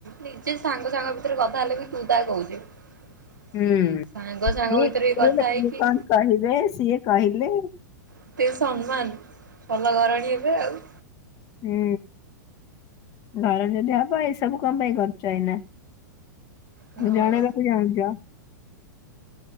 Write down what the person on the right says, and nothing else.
ନିଜେ ସାଙ୍ଗ ସାଙ୍ଗ ଭିତରେ କଥା ହେଲେ ବି ତୁ ତା କହୁଛୁ।
ସିଏ ସାଙ୍ଗ ସାଙ୍ଗ
ଭିତରେ ବି
କଥା ହେଇକି
ଏତେ ସମ୍ମାନ ଭଲ ଘରଣୀ ଏବେ ଆଉ।
ହଁ।